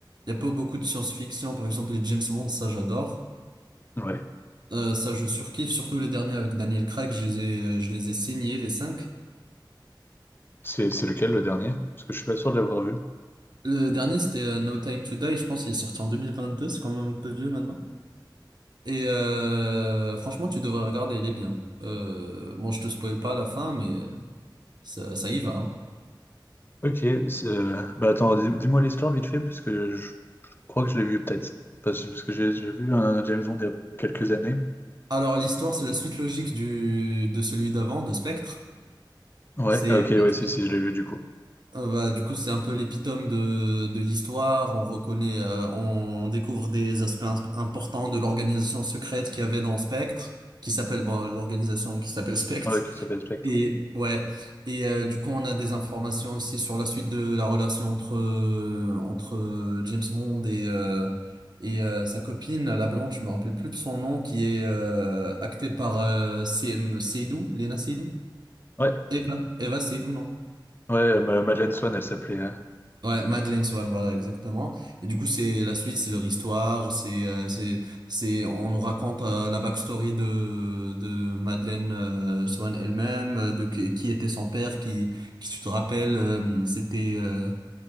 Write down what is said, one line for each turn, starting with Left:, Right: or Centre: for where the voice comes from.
Right: il y a pas beaucoup de science-fiction. Par exemple les James Bond, ça j'adore.
Left: Ouais.
Right: Euh, ça, je surkiffe, surtout les derniers avec Daniel Craig, je les ai, euh, je les ai signés, les cinq.
Left: C'est, c'est lequel le dernier? Parce que je suis pas sûr de l'avoir vu.
Right: Le dernier, c'était euh, No Time to Die, je pense qu'il est sorti en 2022, c'est quand même un peu vieux maintenant. Et euh, franchement, tu devrais regarder, il est bien. Euh, bon, je te spoil pas la fin, mais ça, ça y va, hein.
Left: Ok, c'est- euh, bah attends, dis- dis-moi l'histoire vite fait, parce que je, je crois que je l'ai vu peut-être. Parce, parce que j'ai j'ai vu un James Bond il y a quelques années.
Right: Alors, l'histoire, c'est la suite logique du, de celui d'avant, de Spectre.
Left: Ouais,
Right: C'est
Left: ah, ok,
Right: euh,
Left: ouais, si, si, je l'ai vu du coup.
Right: Euh, bah, du coup, c'est un peu l'épitome de, de l'histoire. On reconnaît, euh, on découvre des aspects ins- importants de l'organisation secrète qu'il y avait dans Spectre, qui s'appelle, bon, l'organisation qui s'appelle Spectre.
Left: Ouais, qui s'appelle Spectre.
Right: Et,
Left: Ouais,
Right: ouais. Et, euh, du coup, on a des informations aussi sur la suite de la relation entre, euh, entre euh, James Bond et, euh, et euh, sa copine, la blonde, je me rappelle plus de son nom, qui est, euh, actée par, euh, C M Seydoux, Lena Seydoux.
Left: ouais,
Right: Eva, Eva Seydoux, non?
Left: ouais euh, Ma- Madeleine Swan, elle s'appelait. euh,
Right: Ouais, Madeleine Swan, voilà, exactement. Et du coup, c'est la suite, c'est leur histoire, c'est, euh, c'est, c'est, on nous raconte euh, la backstory de de Madeleine euh, Swan elle-même, euh, de qui qui était son père, qui, qui tu te rappelles, euh, c'était, euh,